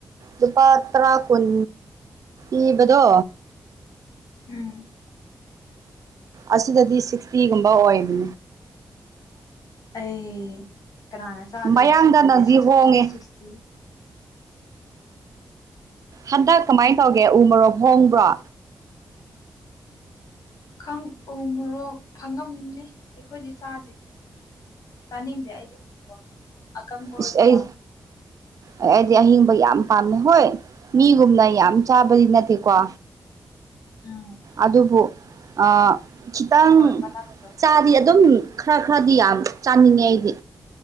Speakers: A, on the right; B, on the left.
A: ꯂꯨꯄꯥ ꯇꯔꯥ ꯀꯨꯟ ꯏꯕꯗꯣ
B: ꯎꯝ
A: ꯑꯁꯤꯗꯗꯤ ꯁꯤꯛꯁꯇꯤꯒꯨꯝꯕ ꯑꯣꯏꯕ
B: ꯑꯩ ꯀꯅꯥꯅ ꯆꯥꯗꯣꯏꯅꯣ
A: ꯃꯌꯥꯡꯗꯅꯗꯤ
B: ꯁꯧꯀ꯭ꯔꯤꯗ ꯁꯤꯛꯁꯇꯤ
A: ꯍꯣꯡꯉꯦ
B: ꯁꯤꯛꯁꯇꯤ
A: ꯍꯟꯗꯛ ꯀꯃꯥꯏꯅ ꯇꯧꯒꯦ ꯎ ꯃꯔꯣꯛ ꯍꯣꯡꯕ꯭ꯔꯣ
B: ꯈꯪ ꯎ ꯃꯣꯔꯣꯛ ꯐꯪꯉꯝꯅꯤ ꯑꯩꯈꯣꯏꯗꯤ ꯆꯥꯗꯦ ꯆꯥꯅꯤꯡꯗꯦ ꯑꯩꯗꯤ ꯎ ꯃꯣꯔꯣꯛꯇꯣ ꯑꯀꯪꯕ ꯑꯣꯏꯅ
A: ꯏꯁ ꯑꯩ
B: ꯄꯥꯝꯃꯦ
A: ꯑꯩꯗꯤ ꯑꯍꯤꯡꯕ ꯌꯥꯝ ꯄꯥꯝꯃꯦ ꯍꯣꯏ ꯃꯤꯒꯨꯝꯅ ꯌꯥꯝ ꯆꯥꯕꯗꯤ ꯅꯠꯇꯦꯀꯣ
B: ꯎꯝ
A: ꯑꯗꯨꯕꯨ ꯑ ꯈꯤꯇꯪ
B: ꯍꯣꯏ ꯃꯅꯝꯗꯣ
A: ꯆꯥꯗꯤ ꯑꯗꯨꯝ ꯈꯔ ꯈꯔꯗꯤ ꯌꯥꯝ ꯆꯥꯅꯤꯡꯉꯦ ꯑꯩꯗꯤ